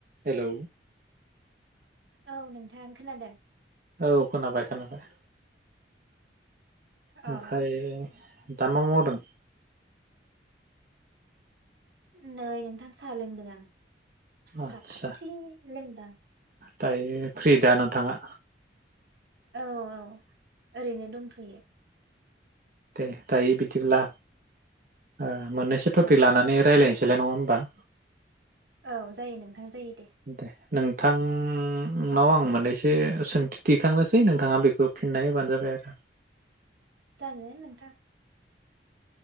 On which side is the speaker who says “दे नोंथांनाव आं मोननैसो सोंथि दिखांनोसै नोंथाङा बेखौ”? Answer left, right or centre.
Right